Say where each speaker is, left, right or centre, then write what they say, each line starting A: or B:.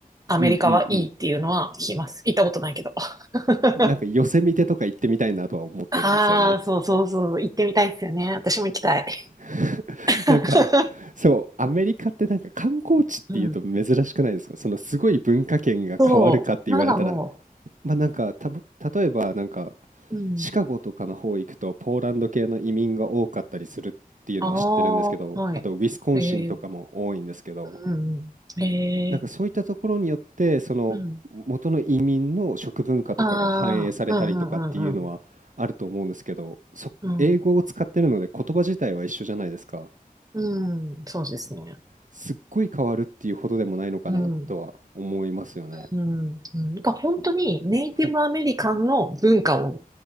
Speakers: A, on the right; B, on the right.
A: アメリカはいいっていうのは聞きます。
B: うんうんうん。
A: 行ったことないけど。<laughs>
B: なんかヨセミテとか行ってみたいなとは思ってるんですよね。
A: ああ、そうそうそう、行ってみたいですよね。私も行きたい。
B: <laughs>
A: <laughs>
B: なんか、そう、アメリカってなんか観光地っていうと珍しくないですかそのすごい文化圏が変わるかって言われたら、
A: うん。そう。なんかも
B: まあなんか、たぶ、例えばなんか、
A: う、うん。
B: シカゴとかの方行くとポーランド系の移民が多かったりするっていうのは知ってるんですけど、
A: ああ、はい。
B: あとウィスコンシンとかも多いんですけど、
A: ええ、うん、うん。ええ、
B: なんかそういったところによって、その元の移民の食文化とかが反映されたりとかっていうのはあると思うんですけど、
A: うん。ああ、うん、うん、うん、
B: そ、
A: うん。
B: 英語を使ってるので言葉自体は一緒じゃないですか。
A: うん、うんそうですね。
B: すっごい変わるっていうほどでもないのかなとは思いますよね。
A: うん、うん、うん。なんか本当にネイティブアメリカンの文化を
B: はい。